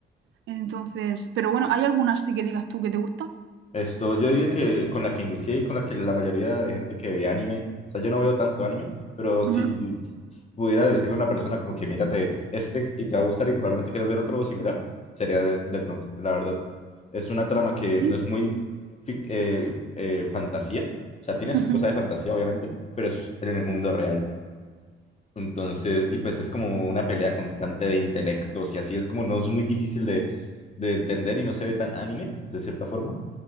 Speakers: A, on the right; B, on the left.
A: entonces, pero bueno, ¿hay algunas sí que digas tú que te gusta?
B: Esto, yo diría que con la que inicié y con la que la mayoría de gente que ve anime, o sea, yo no veo tanto anime, pero si
A: Ujú.
B: pudiera decirle a una persona como que mírate este y te va a gustar y probablemente quieras ver otro similar, sería De- Death Note, la verdad. Es una trama que
A: Sí.
B: no es muy fic- eh, eh, fantasía, o sea, tiene su
A: Ujú.
B: cosa de fantasía, obviamente, pero es en el mundo real. Entonces, y pues es como una pelea constante de intelectos y así es como no es muy difícil de, de entender y no se ve tan anime, de cierta forma.